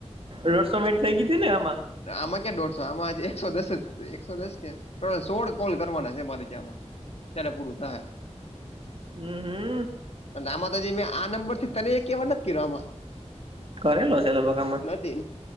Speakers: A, on the right; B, on the left.
A: રોડ શોમેીન્ટ થઇ ગય હતી ને એમાં.
B: આમાં ક્યાં દોઢસો આમાંજ એકસો દસ જ એકસો દસ ક્યાં સોળ કોલ કરવાના છે મારે ત્યાંમાં ત્યારે પૂરું થાય.
A: હમ હમ
B: અને આમાં તજી મેં આ નંબર થી તને એક કેવા નથી કર્યો આમાં
A: કરેલો છે લોકોભગમાં
B: નથી